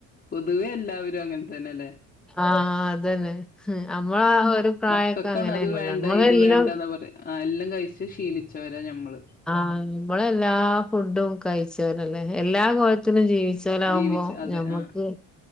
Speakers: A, on the left; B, in the centre.
A: പൊതുവെ എല്ലാവരും അങ്ങനെ തന്നെല്ലേ
B: ആ അതന്നെ ഹും നമ്മളാ ഒരു പ്രായൊക്കെ
A: മക്കൾക്കാണ്
B: അങ്ങനെനിയല്ലോ
A: അത് വേണ്ട
B: നമ്മളെല്ലാം
A: ഇത് വേണ്ടന്നാ പറയാ ആ എല്ലാം കഴി ച്ച് ശീലിച്ചവരാ ഞമ്മള്
B: ആഹ നമ്മള എല്ലാ ഫുഡും കഴിച്ചവരല്ലേ എല്ലാ കോലത്തിലും ജീവിച് ച്ചോലാവുമ്പോ
A: ജീവിച്ച് അതെ
B: ഞമ്മക്ക്
A: ആഹ്